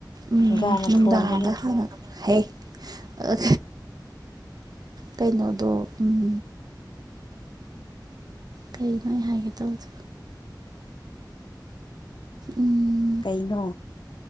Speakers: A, on the right; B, on the left.
A: ꯎꯝ
B: ꯒꯥꯅ
A: ꯅꯨꯡꯗꯥꯡꯗ
B: ꯊꯣꯡꯒꯅꯤ
A: ꯍꯥꯟꯅ ꯍꯦ ꯑꯥ ꯀꯩꯅꯣꯗꯣ ꯎꯝ ꯀꯩꯅꯣ ꯑꯩ ꯍꯥꯏꯒꯦꯇꯧꯕꯗꯣ ꯎꯝ
B: ꯀꯩꯅꯣ